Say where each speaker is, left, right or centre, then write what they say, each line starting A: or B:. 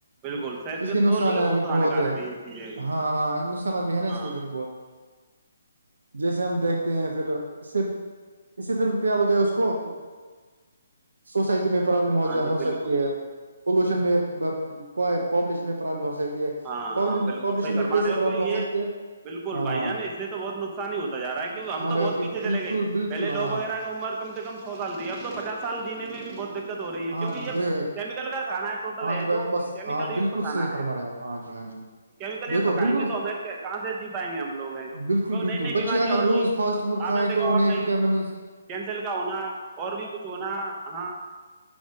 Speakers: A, on the right; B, on the right.
A: بالکل صحت
B: اس کے نقصان
A: تو لیے
B: ا بھی بہت
A: ہانیکارک
B: ہے
A: یہ چیزیں
B: ہاں ہاں نقصانات بھی ہے نا
A: ہاں
B: اس کے پھر بہت جیسے ہم دیکھتے ہیں پھر اس سے اس سے پھر کیا بولتے ہیں اس کو سوسائٹی میں پرابلم ہوا
A: ہاں جی
B: ہو سکتی
A: بالکل
B: ہے پولوشن میں پاپولیشن میں پرابلم ہو سکتی ہے
A: ہاں
B: پاپولیشن
A: ہاں بالکل صحی فرم
B: میں کیسے
A: رہے ہو
B: پرابلم
A: کہ یہ
B: سکتی ہے
A: بالکل
B: ہاں
A: بھائی جانا اس سے تو بہت نقصان ہی ہوتا جا رہا ہے ہم
B: ہاں
A: تو
B: بھیا
A: بہت پیھے
B: بالکل
A: چل گئے
B: بالکل
A: پہے لو
B: ہاں
A: وغیرہ کا عمر ک سے ک سال دی ا تو پچاس سالی میں بھی بہت دت دقت ہو رہی ہے
B: ہاں
A: کیونکہ یہ کیمیکل کا کانا ہے ٹوٹل
B: ہاں جی
A: ہے
B: بھائی
A: جو
B: بس
A: کیمیکل
B: ہاں بالکل
A: کت کھانا
B: صحیح فرما
A: ہے
B: رہے ہیں آپ
A: ہاں
B: جی جی
A: تو کیمیکل
B: دیکھو
A: یہ پکائیں
B: بالکل
A: گے تو ہمیں کہاں سے جی پائیں گے ہم لوگ ہیں جو
B: بالکل
A: کی
B: بالکل
A: نئی نئی
B: بچے
A: بیماریاں
B: اگر
A: ہو رہی
B: روز
A: ہیں
B: فاسٹ فوڈ کھائیں
A: آپ نے دیکھا
B: تو
A: ہوگا
B: انہیں
A: کہیں
B: وٹامنس
A: کینسل کا ہونا اور بھی کچھ ہونا ہاں